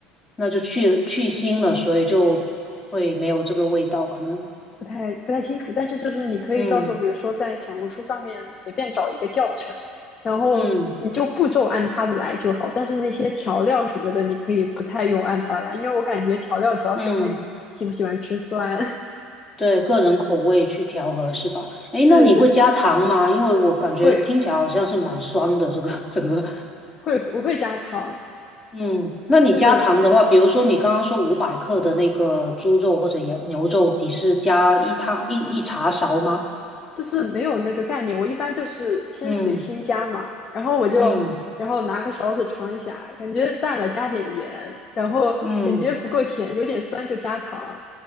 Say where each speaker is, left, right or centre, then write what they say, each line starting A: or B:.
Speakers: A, on the left; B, on the left.
A: 那就去去腥了，所以就会没有这个味道，可能，
B: 不太不太清楚，但是就是你可以到时候，
A: 嗯
B: 比如说在小红书上面随便找一个教程，然后你就步骤按它的来就好。
A: 嗯
B: 但是那些调料什么的，你可以不太用按它的来，因为我感觉调料主要是看你喜不喜欢吃酸。
A: 嗯，对，个人口味去调和是吧？
B: <laughs>
A: 诶，
B: 对对对，
A: 那你会加糖吗？因为我感觉听起来好像是蛮酸的，
B: 会
A: 这个整个，
B: 会我会加糖，
A: 嗯，那你加糖的话，
B: 对对，
A: 比如说你刚刚说五百克的那个猪肉或者羊牛肉，你是加一汤一一茶勺吗？
B: 就是没有那个概念。我一般就是先随心加嘛，
A: 嗯
B: 然后我就
A: 嗯
B: 然后拿个勺子尝一下，感觉淡了加点盐，然后感觉不够甜，
A: 嗯，
B: 有点酸就加糖。